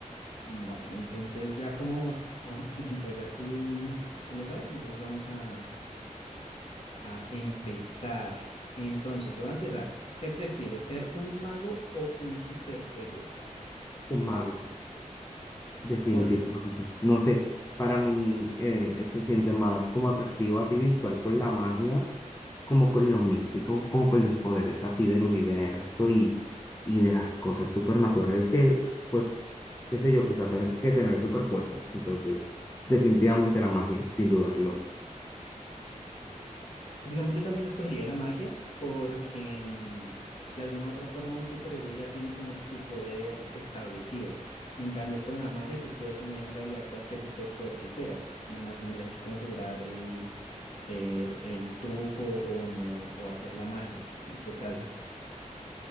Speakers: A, on the left; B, on the left.
A: Vale, entonces ya como <laughs> en teoría tú, tú lo sabes, entonces vamos a, a empezar. Entonces yo voy a empezar. ¿Qué prefieres, ser un mago o un superhéroe?
B: Un mago, definitivamente.
A: ¿Por qué?
B: No sé, para mí eh, se siente más como atractivo, así visual, con la magia, como con lo místico,
A: Sí.
B: como con los poderes así del universo y, y de las cosas supernaturales que, pues, qué sé yo, quizá tener que tener super fuerza. Entonces, definitivamente la magia, sin dudarlo.
A: Pues digamos, yo también escogería la magia porque mm, de alguna u otra forma un superhéroe ya tiene como su poder establecido. En cambio, con la magia tú puedes tener en realidad cualquier superpoder que quieras. Nomás tendrías que conjurar el, eh, el truco o bueno, o hacer la magia <laughs> en este caso.